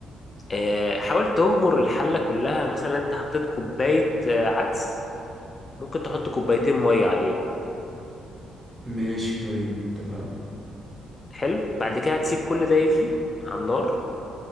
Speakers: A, on the left; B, on the right.
A: آه حاول تغمر الحله كلها مثلا انت حطيت كوبايه آه، عدس ممكن تحط كوبايتين ميه عليه
B: ماشي طيب اتفقنا
A: حلو بعد كده هتسيب كل ده يغلي على النار